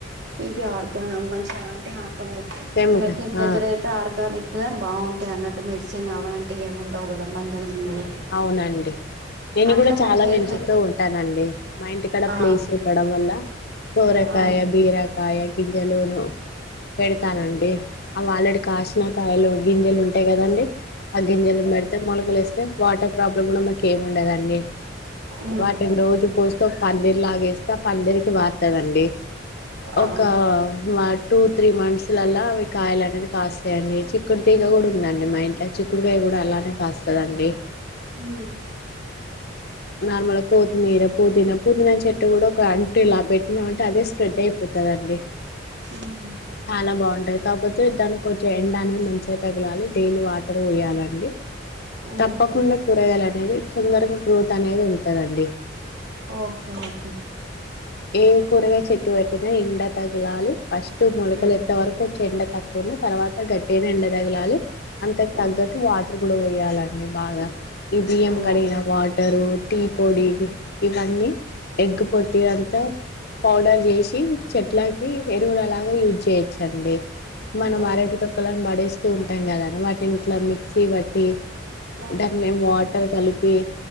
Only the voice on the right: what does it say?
ఇది ఆర్గ్ మంచిగా అంటే ఇక్కడైతే
ఇక్కడైతే ఇంటి
దగ్గర అయితే ఆర్గానిక్ గా బాగుం టది అన్నట్టు మెడిసిన్ కావాలంటే ఏంముండవు కదా మందులు గిందులు
అట్లా
మనకి హెల్త్
ఆ
ఆ
ఉమ్
ఆ
హ
హ్మ్.
హుహు.
ఓకే ఓకే
హ్మ్.
ఆ!
ఓహ్!
హ్మ్.
ఆ!
ఓకే
ఆ!